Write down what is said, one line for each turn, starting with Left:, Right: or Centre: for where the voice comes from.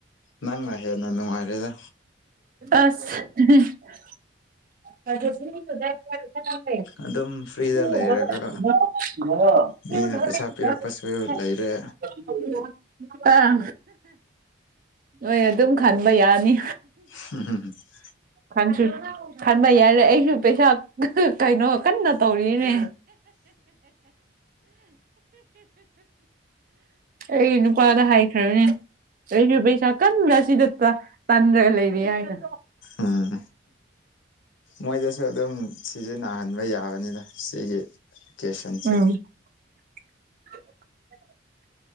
Left: ꯅꯪꯅ ꯍꯦꯟꯅ ꯅꯨꯡꯉꯥꯏꯔꯦꯗ
Right: ꯑꯁ <unintelligible> <unintelligible>
Left: ꯑꯗꯨꯝ ꯐ꯭ꯔꯤꯗ ꯂꯩꯔꯒ ꯃꯤꯅ ꯄꯩꯁꯥ ꯄꯤꯔꯛꯄꯁꯨ ꯂꯩꯔꯦ
Right: ꯑꯥ ꯅꯣꯏ ꯑꯗꯨꯝ ꯈꯟꯕ ꯌꯥꯅꯤ
Left: <unintelligible>
Right: ꯈꯟꯁꯨ ꯈꯟꯕ ꯌꯥꯔꯦ ꯑꯩꯁꯨ ꯄꯩꯁꯥ ꯀꯩꯅꯣ ꯀꯟꯅ ꯇꯧꯔꯤ ꯕꯤꯅꯦ ꯑꯩ ꯅꯨꯄꯥꯗ ꯍꯥꯏꯈ꯭ꯔꯕꯅꯦ ꯑꯩꯁꯨ ꯄꯩꯁꯥ ꯀꯟꯅ ꯑꯁꯤꯗ ꯇ ꯇꯥꯟꯔꯒ ꯂꯩꯔꯤ ꯍꯥꯏꯅ
Left: ꯎꯝ ꯃꯣꯏꯗꯁꯨ ꯑꯗꯨꯝ ꯁꯤꯖꯤꯟꯅꯍꯟꯕ ꯌꯥꯕꯅꯤꯗ ꯁꯤꯒꯤ ꯀꯦꯁꯟꯆꯦ
Right: ꯎꯝ <unintelligible>